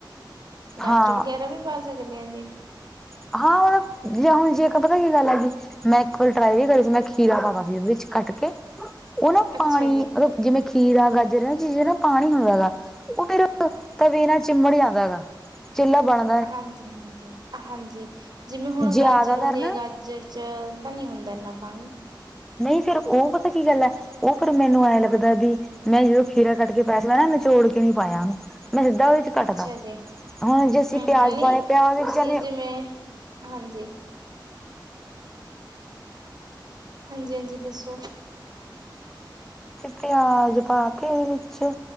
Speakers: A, on the right; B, in the centre.
A: ਗਾਜਰ
B: ਹਾਂ
A: ਵਗੈਰਾ ਵੀ ਪਾ ਸਕਦੇ ਆਂ ਜੀ।
B: <unintelligible> ਮੈਂ ਖੂਦ ਟ੍ਰਾਈ ਵੀ ਕਰੀ ਸੀ, ਮੈਂ ਖੀਰਾ ਪਾਤਾ ਸੀ ਓਦੇ ਵਿੱਚ ਕੱਟ ਕੇ, ਓ ਨਾ
A: ਅੱਛਾ
B: ਪਾਣੀ
A: ਜੀ।
B: ਮਲਬ ਜਿਮੇਂ ਖੀਰਾ ਗਾਜਰ ਐ, ਚੀਜ਼ ਨਾ ਪਾਣੀ ਹੁੰਦਾ ਯਾ ਓ ਫੇਰ ਤਵੇ ਨਾ ਚਿੰਬੜ ਜਾਂਦਾ ਗਾ, ਚਿੱਲਾ ਬਣ
A: ਹਾਂਜੀ, ਹਾਂਜੀ, ਹਾਂਜੀ ਜਿਮੇਂ ਹੁਣ
B: ਜ਼ਿਆਦਾਤਰ
A: ਗਾਜਰ ਹੁੰਦੀ
B: ਨਾ
A: ਆ ਗਾਜਰ ਚ ਤਾਂ ਨਈ ਹੁੰਦਾ ਐਂਨਾ ਪਾਣੀ?
B: ਨਈ ਫੇਰ ਓ ਪਤਾ ਕੀ ਗੱਲ ਐ ਓ ਕੇੜਾ ਮੈਨੂੰ ਐਂ ਲੱਗਦਾ ਬੀ, ਮੈਂ ਜਦੋਂ ਖੀਰਾ ਕੱਟ ਕੇ ਪਾਦਮਾ ਨਾ ਮੈਂ ਨੀਚੋੜ ਕੇ ਨੀ ਪਾਏਆ ਓਨੂੰ। ਮੈਂ ਸਿੱਦਾ ਓਦੇ ਚ ਕੱਟ
A: ਅੱਛਾ
B: ਤਾ,
A: ਜੀ
B: ਹਾਂ ਜੇ ਅਸੀਂ
A: ਹੂੰ-ਹੂੰ
B: ਪੇਆਜ
A: ਨਹੀਂ
B: ਪਾਨ ਪੇਆਜ
A: ਤੁਸੀਂ
B: ਦੇ ਬਚਾਨੇ
A: ਜਿਵੇਂ
B: ਆ
A: ਹਾਂਜੀ। ਹਾਂਜੀ, ਹਾਂਜੀ ਦੱਸੋ।
B: ਪੇਆਜ ਪਾ ਕੇ ਓਦੇ ਚ,